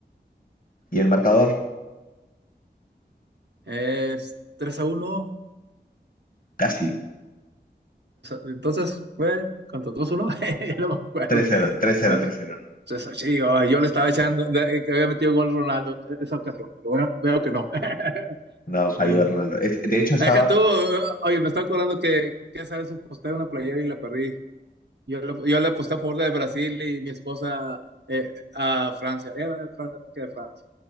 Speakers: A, on the left; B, on the right.
A: Y el marcador,
B: es 3 a uno.
A: casi.
B: entonces fue, ¿cuánto? dos uno. <laughs> no me acuerdo.
A: Tres cero, tres cero,
B: Bueno,
A: tres cero.
B: entonces, sí, ay, yo le estaba echando de- eh, que había metido gol Ronaldo en esa ocasión, pero bueno, veo que no. <laughs>
A: No, falló
B: Bueno,
A: Ronaldo. Es- de hecho, estaba.
B: deja tú, oye, me está acordando que, que esa vez aposté una playera y la perdí. Yo le, yo le aposté a favor de Brasil y mi esposa eh, a Francia, era fanática de Francia